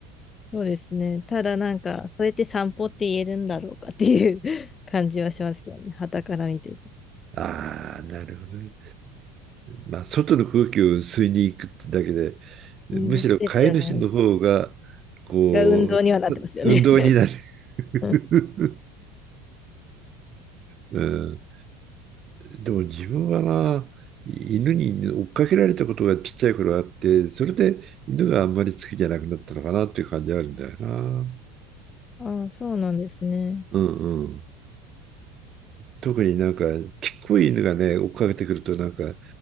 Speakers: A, on the left; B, on the right.
A: そうですね。ただなんか、そうやって散歩って言えるんだろうかっていう <laughs> 感じはしますけどね、傍から見てて。
B: ああ、なるほどね。まあ、外の空気を吸いに行くってだけで、むしろ飼い主の方が、
A: でですよね。
B: こう、
A: が運動にはなってますよね。
B: 運動になる。<laughs>
A: <laughs>
B: うん、でも自分はな、犬に追っかけられたことがちっちゃい頃あって、それで犬があんまり好きじゃなくなったのかなっていう感じあるんだよな。
A: ああ、そうなんですね。
B: うんうん。特になんか、ちっこい犬がね、追っかけてくると、なんか、